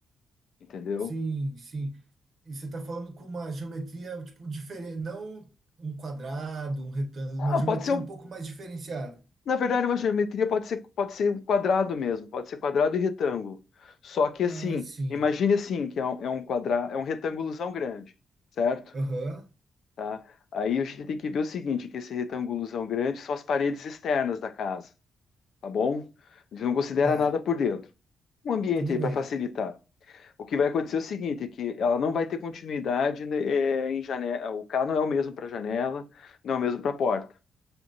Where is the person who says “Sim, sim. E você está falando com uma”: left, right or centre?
Right